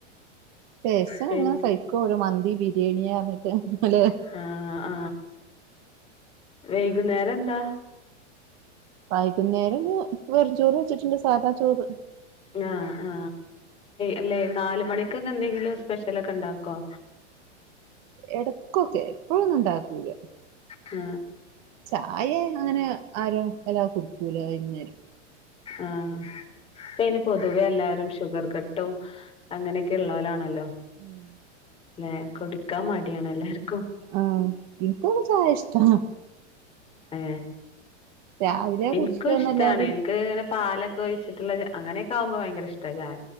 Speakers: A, on the right; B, on the left.
A: ടേസ്റ്റാ
B: പിന്നെ
A: അങ്ങനെ കഴിക്കോ ഒരോ മന്തി ബിരിയാണിയാറഞ്ഞിട്ട് അല്ലേ.
B: അ ആ വൈകുന്നേരം എന്താ?
A: വൈകുന്നേരം ഇന്ന് വെറും ചോറ് വെച്ചിട്ടുണ്ട്. സാധാ ചോറ്.
B: ആ ആ അല്ലെ നാല് മണിക്കൊക്കെ എന്തെങ്കിലും സ്പെഷ്യലൊക്കെ ഇണ്ടാക്കോ?
A: ഇടക്കൊക്കെ എപ്പോഴൊന്നും ഉണ്ടാക്കൂല.
B: ആ
A: ചായെ അങ്ങനെ ആരും വല്ലാ കുടടിക്കൂല വൈകുന്നേരം.
B: ആ ഇപ്പോ അതിന് പൊതുവെ എല്ലാരും ഷുഗർ കട്ടും അങ്ങനെയൊക്കെ ഇള്ളോലാണല്ലോ.
A: ഉം
B: ല്ലെ കുടിക്കാൻ മടിയാണ് എല്ലാർക്കും.
A: ആം. എനിക്കൊക്കെ ചായ ഇഷ്ടാ.
B: ഏ
A: രാവിലെ
B: എനിക്കും
A: കുടിച്ചിട്ടന്നല്ലാതെ
B: ഇഷ്ടാണ്. എനിക്ക് ഇങ്ങനെ പാലൊക്കൊഴിച്ച് വച്ചിട്ടുള്ള അങ്ങനൊക്കെ ആകുമ്പോ ഭയങ്കര ഇഷ്ടാ ചായ.